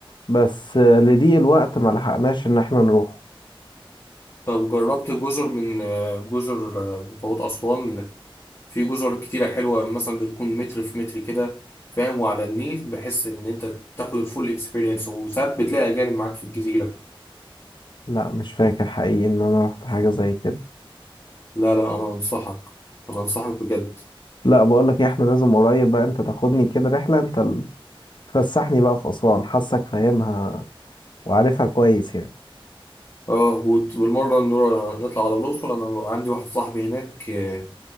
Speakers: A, on the left; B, on the left.
A: بس آه، لضيق الوقت ما لحقناش ان احنا نروح
B: طب جربت جزر من آه، جزر آه، بتوعت اسوان في جزر كتيره حلوه مثلا بتكون متر في متر كده فاهم وعلى النيل بحس ان انت تاخد الفول اكسبيرينس وساعات بتلاقي اجانب معاك في الجزيره
A: لا مش فاكر حقيقي ان انا رحت حاجة زي كده
B: لا لا انا انصحك انا انصحك بجد
A: لا بقول لك إيه، احنا لازم قريب بقى انت تاخدني كده رحلة انت ال- تفسحني بقى في اسوان حاسك فاهمها وعارفها كويس يعني
B: اه وت- والمره نرا- نطلع على الاقصر انا عندي واحد صاحبي هناك آه،